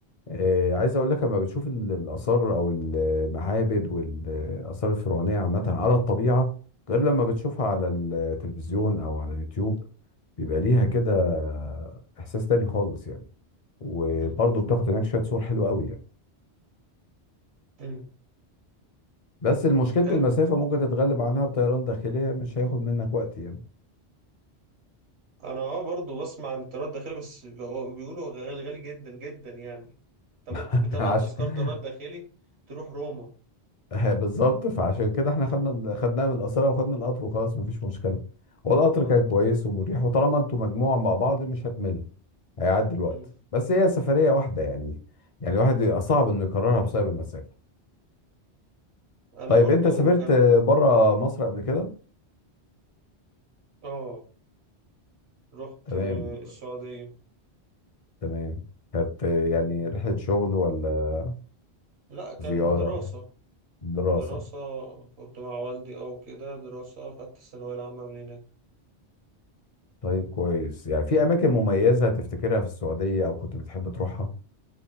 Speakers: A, on the left; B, on the right.
A: آه،
B: امم
A: عايز اقول لك لما بتشوف ال- الاثار او المعابد والاثار الفرعونيه عامه على الطبيعه غير لما بتشوفها على التلفزيون او على اليوتيوب بيبقى ليها كده احساس تاني خالص يعني وبرضه
B: امم
A: بتاخد هناك شويه صور حلوه قوي يعني
B: امم
A: بس مشكله
B: حلو
A: المسافه ممكن تتغلب عنها بطيران داخليه مش هياخد منك وقت يعني
B: انا اه برضو بسمع عن الطيران الداخلي بس بيقو- بيقولوا غالي غالي جدا جدا يعني انت ممكن
A: <laughs>
B: بتمن
A: عشان
B: تذكرة طيران داخلي تروح روما
A: <laughs> بالظبط فعشان كده احنا خدنا ال- خدناها من قصرها وخدنا القطر وخلاص مفيش مشكله هو القطر
B: اه
A: كان كويس ومريح وطالما انتوا مجموعه مع بعض مش هتمل هيعدي الوقت
B: مم.
A: بس هي سفريه واحده يعني يعني الواحد يبقى صعب انه يكررها بسبب المسافه
B: انا
A: طيب
B: برضو
A: انت سافرت
B: كان
A: بره مصر قبل كده
B: اه رحت
A: تمام
B: آه، السعودية
A: تمام كانت يعني رحله شغل ولا
B: لا كان
A: زياره
B: دراسة
A: دراسه
B: دراسة كنت مع والدي او كده دراسة خدت الثانوية العامة من هناك
A: طيب كويس يعني في اماكن مميزه تفتكرها في السعوديه او كنت بتحب تروحها